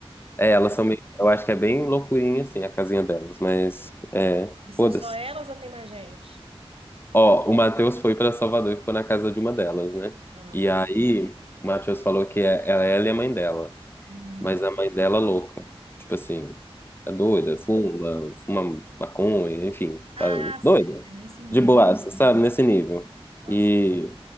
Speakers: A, on the left (about 20°); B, on the right (about 70°).
A: É, elas são meio. Eu acho que é bem loucurinha, assim, a casinha delas, mas.
B: É.
A: É,
B: E são
A: foda-se.
B: só elas ou tem mais gente?
A: Ó, o Matheus foi pra Salvador e ficou na casa de uma delas, né?
B: Ah,
A: E aí, o Matheus falou que é, ela, ela e a mãe dela.
B: hum.
A: Mas a mãe dela é louca. Tipo assim, é doida, fuma, fuma maconha, enfim,
B: Ah,
A: tá doida.
B: sei, é nesse nível.
A: De boaça, sabe? Nesse nível.
B: Ok,
A: E